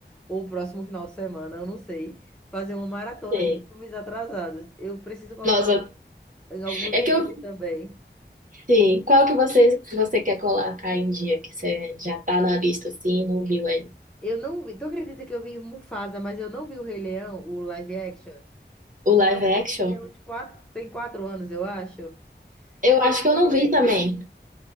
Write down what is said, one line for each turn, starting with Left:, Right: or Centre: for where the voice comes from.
Centre: ou o próximo final de semana, eu não sei, fazer uma maratona
Right: É.
Centre: de filmes atrasados. Eu preciso colocar
Right: Nossa,
Centre: em alguns
Right: é que eu,
Centre: dias também.
Right: sim, qual que você você quer colocar em dia que você já tá na lista assim, não viu aí?
Centre: Eu não vi, tu acredita que eu vi Mufasa, mas eu não vi o Rei Leão, o live action?
Right: O
Centre: E
Right: live
Centre: já é um
Right: action?
Centre: filme que tem uns quatro, tem quatro anos, eu acho.
Right: Eu
Centre: E
Right: acho
Centre: Eu não
Right: que eu não
Centre: vi
Right: vi
Centre: ainda.
Right: também.